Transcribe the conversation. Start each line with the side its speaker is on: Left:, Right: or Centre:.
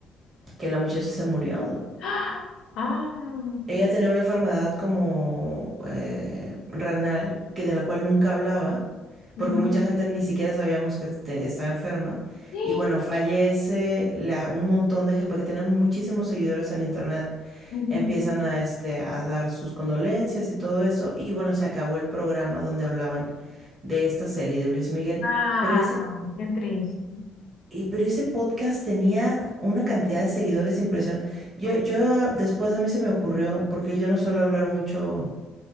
Right: que la muchacha se murió.
Left: ¡Ah! Ah,
Right: Ella tenía una enfermedad como eh, renal, que de la cual nunca hablaba,
Left: ujú.
Right: porque mucha gente ni siquiera sabíamos que te- estaba enferma.
Left: <gasps> ¡Eh!
Right: Y bueno, fallece la- un montón de gente, porque tenía muchísimos seguidores en internet.
Left: Ujú.
Right: Empiezan a, este, a dar sus condolencias y todo eso. Y bueno, se acabó el programa donde hablaban de esta serie de Luis Miguel.
Left: Ay,
Right: Pero ese,
Left: qué triste.
Right: y, pero ese podcast tenía una cantidad de seguidores impresionante. Yo, yo ah, después a mí se me ocurrió, porque yo no suelo hablar mucho